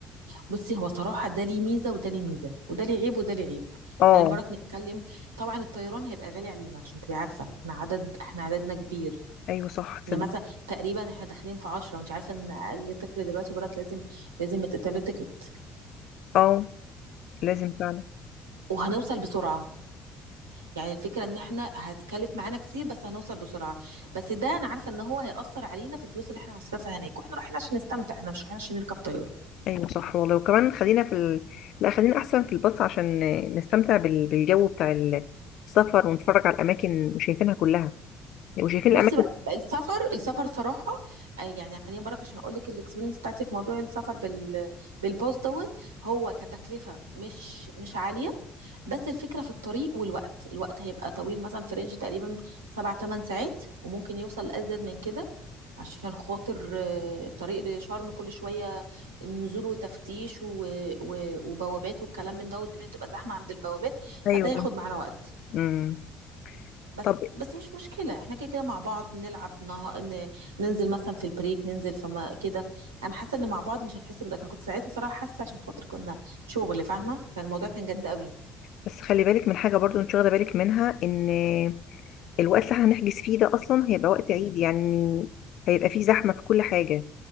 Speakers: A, on the right (about 85°); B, on the left (about 60°).
A: بصي هو صراحه ده ليه ميزه وده ليه ميزه وده ليه عيب وده ليه عيب
B: اه
A: خلينا برك نتكلم طبعا الطيران هيبقى غالي علينا عشان تبقي عارفه احنا عدد احنا عددنا كبير
B: ايوه صح تصدق
A: ان مثلا تقريبا احنا داخلين في 10 وانت عارفه ان اقل طفل دلوقتي براك لازم لازم يتقطع له تيكت
B: اه لازم فعلا
A: وهنوصل بسرعه يعني الفكره ان احنا هتكلف معانا كتير بس هنوصل بسرعه بس ده انا عارفه ان هو هيأثر علينا في الفلوس اللي احنا هنصرفها هناك واحنا رايحين عشان نستمتع احنا مش رايحين عشان نركب طياره
B: ايوه صح والله وكمان خلينا في ال... لا خلينا احسن في الباص عشان نستمتع بال... بالجو بتاع ال- السفر ونتفرج على الاماكن وشايفينها كلها وشايفين
A: بصي
B: الاماكن
A: بقى السفر السفر صراحه آه، يعني خليني برك عشان اقول لك الاكسبيرينس بتاعتي في موضوع السفر بال بالباص دوت هو كتكلفه مش مش عاليه بس الفكرة في الطريق والوقت الوقت هيبقى طويل مثلا في رينج تقريبا سبع تمن ساعات وممكن يوصل لأزيد من كده عشان خاطر آه، الطريق لشرم كل شوية نزول وتفتيش و... و... وبوابات والكلام من ده والدنيا تبقى زحمة عند البوابات
B: ايوه
A: فده هياخد معانا وقت
B: امم
A: بس
B: طب
A: بس مش مشكلة احنا كده كده مع بعض نلعب نه... ن... ننزل مثلا في البريك ننزل في ما... كده انا حاسة ان مع بعض مش هنحس بالوقت انا كنت ساعتها صراحة حاسة عشان خاطر كنا شغل فاهمة فالموضوع كان جد قوي
B: بس خلي بالك من حاجه برضو انت واخده بالك منها ان الوقت اللي احنا هنحجز فيه ده اصلا هيبقى وقت عيد يعني هيبقى فيه زحمه في كل حاجه